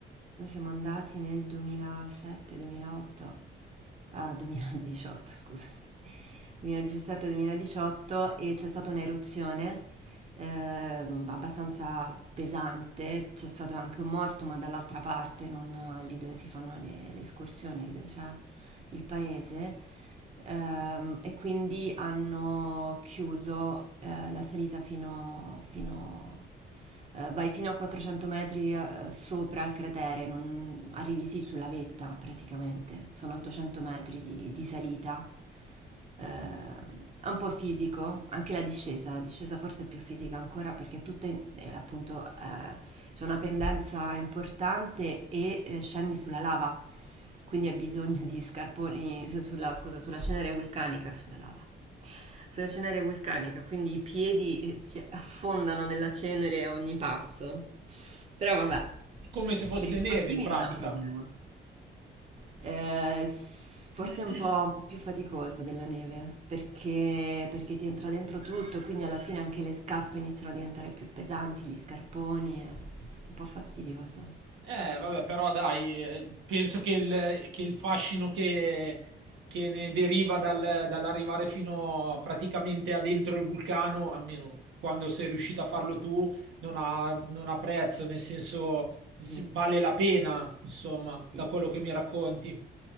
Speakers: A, on the right (about 35°); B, on the right (about 80°).
A: noi siamo andati nel 2007-2008 ah, 2018, <laughs> scusa, 2017-2018 e c'è stata un'eruzione eh, abbastanza pesante, c'è stato anche un morto, ma dall'altra parte, non lì dove si fanno le, le escursioni, lì dove c'è il paese. Ehm, e quindi hanno chiuso eh, la salita fino, fino eh, vai fino a 400 metri eh, sopra il cratere, non- arrivi sì sulla vetta praticamente, sono 800 metri di, di salita, eh, è un po' fisico, anche la discesa, la discesa forse è più fisica ancora perché tutta in- eh, appunto eh, c'è una pendenza importante e eh, scendi sulla lava, quindi hai bisogno di scarponi, su- sulla, scusa, sulla cenere vulcanica, sulla lava sulla cenere vulcanica, quindi i piedi eh, si affondano nella cenere a ogni passo. Però vabbè,
B: È come se fosse
A: per gli sportivi
B: neve in pratica.
A: non è un problema. Eh, s- forse
B: <coughs>
A: è un po',
B: <clears throat>
A: un po' più faticoso della neve, perché, perché ti entra dentro tutto, quindi alla fine anche le scarpe iniziano a diventare più pesanti, gli scarponi, è un po' fastidioso.
B: Eh, vabbè, però dai, eh, penso che il, che il fascino che, che ne deriva dal- dall'arrivare fino praticamente a dentro il vulcano, almeno quando sei riuscito a farlo tu, non ha, non ha prezzo, nel senso se-
A: Sì,
B: vale la pena, insomma,
A: sì,
B: da quello che mi racconti.